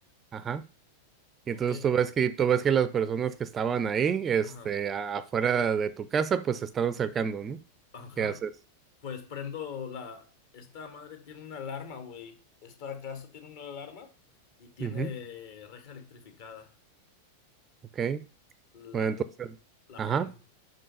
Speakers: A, on the right (about 25°); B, on the left (about 50°).
A: ajá.
B: ¿O
A: Y entonces
B: qué?
A: tú ves que, tú ves que las personas que estaban ahí, este,
B: Ajá.
A: a- afuera de tu casa, pues se están acercando, ¿no?
B: Ajá.
A: ¿Qué haces?
B: Pues prendo la... Esta madre tiene una alarma, güey. Esta casa tiene una alarma y tiene
A: Ujú,
B: reja electrificada.
A: ok. Bueno,
B: La,
A: entonces,
B: la
A: ajá,
B: prendo.